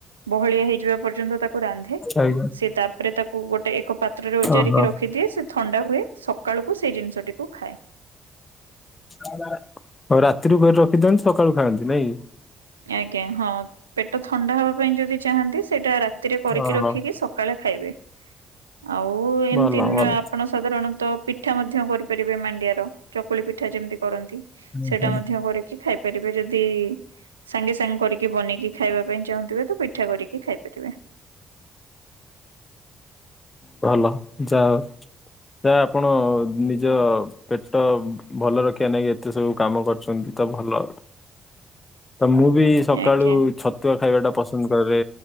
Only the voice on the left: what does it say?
ଆଜ୍ଞା
ଓହୋ
ହଁ ହଉ ରାତିରୁ ରଖିଦିଅନ୍ତି ସକାଳୁ ଖାଆନ୍ତି। ନାଇଁ?
ଓହୋ
ଭଲ
ଭଲ
ହୁଁ
ହୁଁ
ଭଲ। ଯାହା ହଉ ତ ଆପଣ ନିଜ ପେଟ ଭଲ ରଖିବା ନାଗି ଏତେ ସବୁ କାମ କରୁଛନ୍ତି ତ ଭଲ। ତ ମୁଁ ବି ସକାଳୁ
ଛତୁଆ ଖାଇବା ଟା ପସନ୍ଦ କରେ